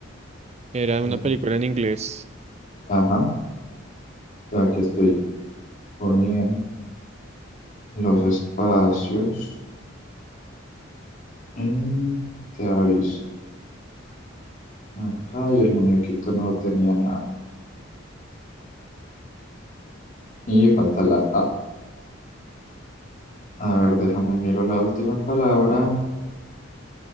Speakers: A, on the right; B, on the left.
A: Era
B: Entonces,
A: una película en inglés.
B: ajá. Aquí estoy poniendo los espacios. Y te aviso. Acá y el muñequito no tenía nada. Y falta la A. A ver, déjame miro la última palabra.